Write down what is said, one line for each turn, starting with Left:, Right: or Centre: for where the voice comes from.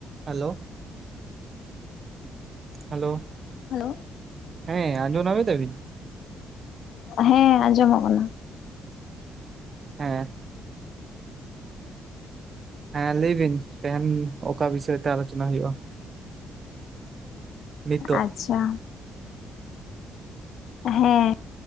Right: Hello hello
Left: hello
Right: <inaudible> ᱦᱮᱸ ᱟᱸᱡᱚᱢ ᱱᱟᱢ ᱫᱟᱵᱤᱱ
Left: ᱦᱮᱸ ᱟᱸᱡᱚᱢᱚᱜ ᱠᱟᱱᱟ
Right: ᱦᱮᱸ ᱦᱮᱸ ᱞᱟᱹᱭ ᱵᱤᱱ ᱛᱮᱦᱮᱧ ᱚᱠᱟ ᱵᱤᱥᱚᱭ ᱛᱮ ᱟᱞᱳᱪᱚᱱᱟ ᱦᱩᱭᱩᱜᱼᱟ? ᱱᱤᱛᱚᱜ
Left: ᱟᱪᱪᱷᱟ ᱦᱮᱸ